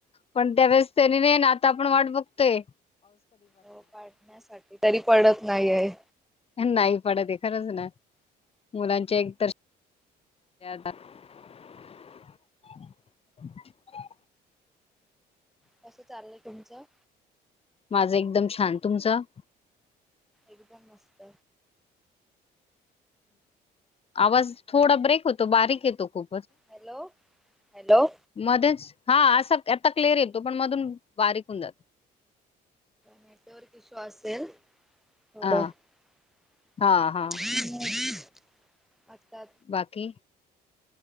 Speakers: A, on the left; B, in the centre.
A: पण त्यावेळेस. नाही ना आता आपण वाट बघ ते.
B: हो पढण्यासाठी तरी पडत नाही आहे.
A: नाही पडतते खरंच ना मुलांचे एक तर. ददा <unintelligible>
B: कस चाललंय तुमचं.
A: माझा एकदम छान, तुमच.
B: एकदम मस्त.
A: आवाज थोडा ब्रेक होतो, बारीक येतो.
B: हॅलो हॅलो
A: मध्येच. हां असं आता क्लिअर येतो पण मधून बारीक होऊन जातो.
B: नेटवर्क इशू असेल.
A: हा
B: द <inaudible>
A: हा हा
B: आता
A: बाकी?